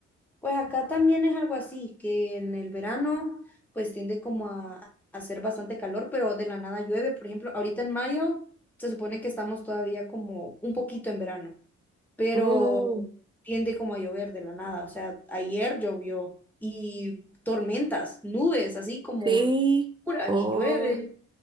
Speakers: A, in the centre; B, on the right.
A: Pues acá también es algo así, que en el verano pues tiende como a, a hacer bastante calor, pero de la nada llueve. Por ejemplo, ahorita en mayo se supone que estamos todavía como un poquito en verano, pero
B: Mm,
A: tiende como a llover de la nada. O sea, ayer llovió y tormentas, nubes, así como
B: sí.
A: puras
B: Oh.
A: y llueve.